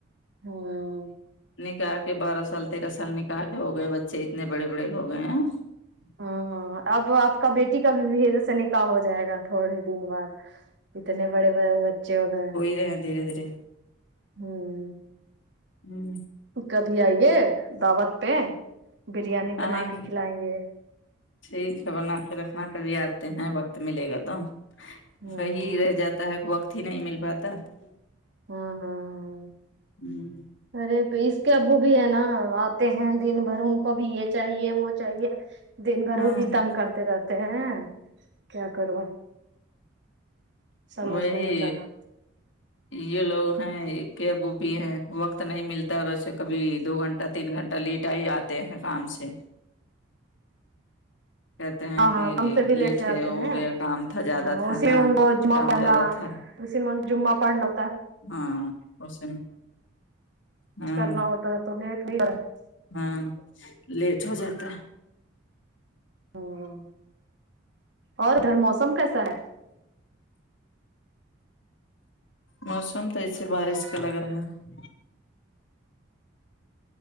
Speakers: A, on the right; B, on the left.
A: ہاں
B: کہا کے بارہ سال تیرہ سال نکاح کے ہو گئے بچے اتنے بڑے بڑے ہو گئے ہیں
A: ہاں اب آپ کا بیٹی کا بھی پھر سے نکاح ہو جائے گا تھوڑے دن بعد اتنے بڑے بڑے بچے ہو گئے ہیں
B: دیاں دھیرے دھیرے
A: ہوں
B: ہوں
A: کبھی آئیے دعوت پہ بریانی بنا
B: آئیں
A: کے
B: گے
A: کھلائیں گے
B: ٹھیک ہے بنا کے رکھنا کبھی آتے ہیں وقت ملے گا تو
A: ہ ہاں
B: وہی رہ جاتا تانے وقت ہی نہیں مل پاتا ہے
A: ہاں ہاں ہاں
B: ہوں
A: ارے پ اس کے ابو بھی ہے نا آتے ہیں دن بھر ان کو بھی یہ چاہیے وہ چاہیے دن بھر
B: ہاں
A: وہ بھی تنگ کرتے رہتے ہیں کیا کرو سمجھ
B: وہی
A: میں نہیں چلا
B: یہ لوگ ہیں کہ ابو بھی ہیں وقت نہیں ملتا ویسے کبھی دو گھنٹہ تین گھنٹہ لیٹ آ ہی آتے ہیں کام سے کہتے ہیں
A: ہاں
B: کہ
A: ہاں کم سے بھی
B: لیٹ
A: لے سے
B: ہے
A: آتے
B: ہو
A: ہیں
B: گیا کام تھا زیادہ
A: ہاں
B: تھا
A: اسے
B: ہاں
A: ان کو جمہ
B: کام
A: پڑھنا
B: زیادہ تھا
A: اصمہ جمہ پڑہنا
B: ہاں اسمہ
A: کچھ
B: ہاں
A: کرنا ہوتا ہے تو لیٹ ہو
B: ہاں لیٹ ہو جاتا
A: ہوں۔ اور ادھر موسم کیسا ہے
B: موسم تو ایسے بارش کا لگ رہا ہے